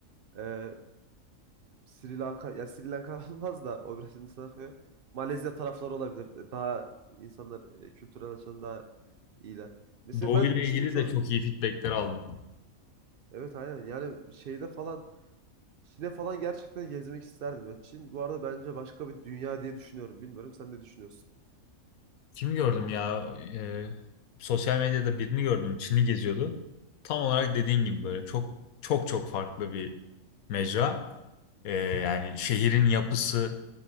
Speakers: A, on the right; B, on the left.
A: e, Sri Lanka, ya Sri Lanka <laughs> olmaz da o biraz Hindistan'a kayıyor. Malezya tarafları olabilir. E, Daha insanlar e, kültürel açıdan daha iyiler. Mesela
B: Doğu
A: ben
B: ile
A: Çin'i
B: ilgili
A: çok
B: de çok iyi feedbackler aldım.
A: Evet aynen yani şeyde falan Çin'e falan gerçekten gezmek isterdim ya. Çin bu arada bence başka bir dünya diye düşünüyorum. Bilmiyorum sen ne düşünüyorsun?
B: Kimi gördüm ya? Ee, sosyal medyada birini gördüm. Çin'i geziyordu. Tam olarak dediğin gibi böyle çok çok çok farklı bir mecra. Ee, yani şehrin yapısı